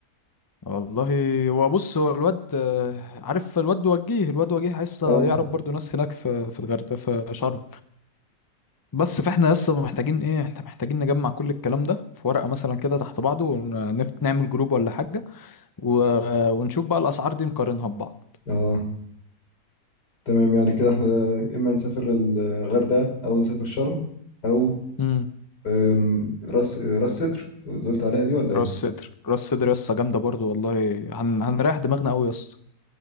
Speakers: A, on the left (about 20°); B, on the left (about 85°).
A: والله هو بص هو الواد آه، عارف الواد وجيه الواد وجيه لسه
B: اه
A: يعرف برضو ناس هناك في في الغردقه في شرم بس فاحنا لسه محتاجين ايه احنا محتاجين نجمع كل الكلام ده في ورقه مثلا كده تحت بعضه ونفت نعمل جروب ولا حاجه و... ونشوف بقى الاسعار دي نقارنها ببعض
B: اه تمام يعني كده احنا اما نسافر الغردقة او نسافر شرم او
A: امم
B: أم، راس راس سدر اللي قلت عليها دي ولا ايه
A: راس صدر راس صدر لسه جامده برضو والله هن... هنريح دماغنا قوي يا اسطى